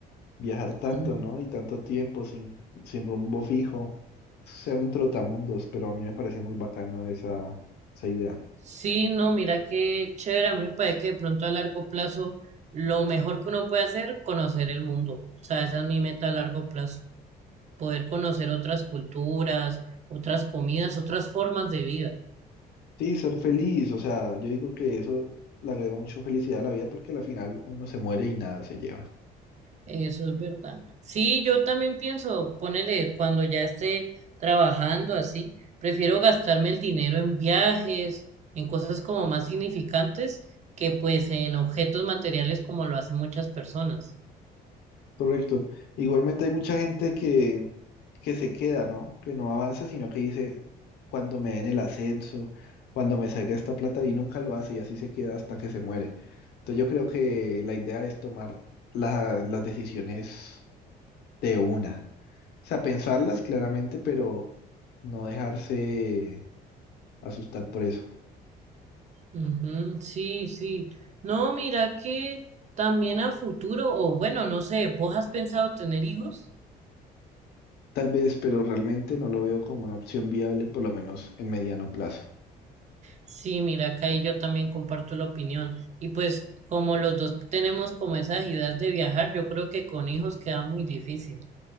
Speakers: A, on the left; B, on the right.
A: viajar tanto,
B: Mm.
A: ¿no? Y tanto tiempo sin, sin rumbo fijo, ser un trotamundos, pero a mí me parece muy bacano esa, esa idea.
B: Sí, no, mira qué chévere. A mí me parece que de pronto a largo plazo lo mejor que uno puede hacer, conocer el mundo. O sea, esa es mi meta a largo plazo. Poder conocer otras culturas, otras comidas, otras formas de vida.
A: Sí, ser feliz, o sea, yo digo que eso le agrega mucho felicidad a la vida porque al final uno se muere y nada se lleva.
B: Eso es verdad. Sí, yo también pienso, ponele, cuando ya esté trabajando así, prefiero gastarme el dinero en viajes, en cosas como más significantes, que pues en objetos materiales como lo hacen muchas personas.
A: Correcto. Igualmente hay mucha gente que, que se queda, ¿no? Que no avanza, sino que dice, cuando me den el ascenso, cuando me salga esta plata, y nunca lo hace, y así se queda hasta que se muere. Entonces yo creo que la idea es tomar la- las decisiones de una. O sea, pensarlas claramente, pero no dejarse asustar por eso.
B: Ujú, sí, sí. No, mira que también a futuro, o bueno, no sé, ¿vos has pensado tener hijos?
A: Tal vez, pero realmente no lo veo como una opción viable, por lo menos en mediano plazo.
B: Sí, mira que ahí yo también comparto la opinión. Y pues como los dos tenemos como esa agilidad de viajar, yo creo que con hijos queda muy difícil.